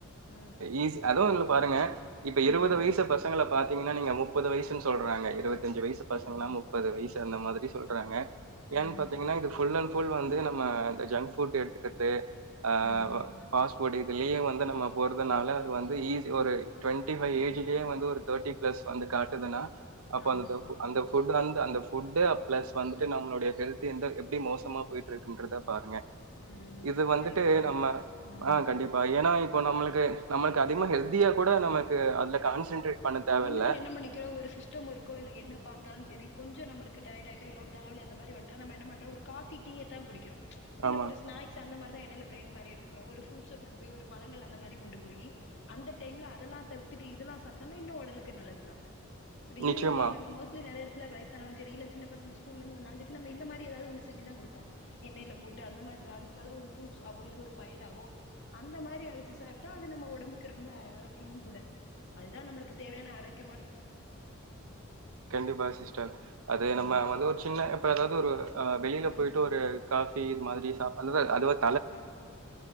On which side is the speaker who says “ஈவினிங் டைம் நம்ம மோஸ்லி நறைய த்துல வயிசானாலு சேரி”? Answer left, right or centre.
Left